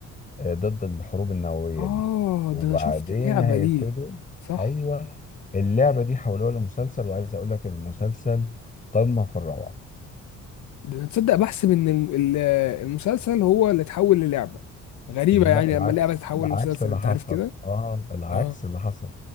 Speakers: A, on the left; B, on the left.
A: آه، ضد الحروب النووية
B: اه
A: دي وبعدين
B: ده انا شفت لعبه
A: هيبتدوا
B: ليه صح
A: ايوه اللعبة دي حولوها لمسلسل وعايز اقول لك المسلسل قمة في الروعة
B: ده انا تصدق بحسب ان الم- ال- المسلسل هو اللي اتحول للعبه غريبه
A: لا
B: يعني
A: العكس
B: لما لعبه تتحول
A: العكس
B: لمسلسل
A: اللي
B: انت
A: حصل
B: عارف كده
A: اه العكس
B: اه
A: اللي حصل